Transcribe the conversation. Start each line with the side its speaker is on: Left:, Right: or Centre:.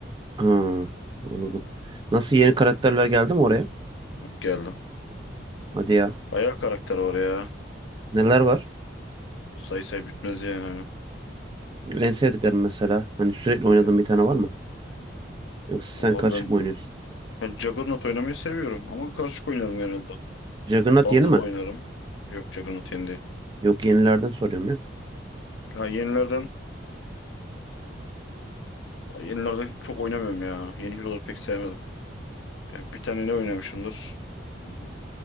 Right: ha, anladım. Nasıl yeni karakterler geldi mi oraya?
Left: Geldi.
Right: Hadi ya.
Left: Bayağı karakter var ya.
Right: Neler var?
Left: Say say bitmez yani hani.
Right: En sevdiklerim mesela. Hani sürekli oynadığın
Left: Ya,
Right: bir tane var mı? Yoksa
Left: Vallahi
Right: sen karışık
Left: ben
Right: mı oynuyorsun?
Left: ben Juggernaut oynamayı seviyorum ama karışık oynarım genelde.
Right: Juggernaut
Left: Dazzle
Right: yeni mi?
Left: oynarım. Yok Juggernaut yeni değil.
Right: Yok yenilerden soruyorum ya.
Left: Ya yenilerden yenilerden çok oynamıyorum ya. Yeni hero'ları pek sevmedim. Yani bir tane ne oynamışımdır? Hmm,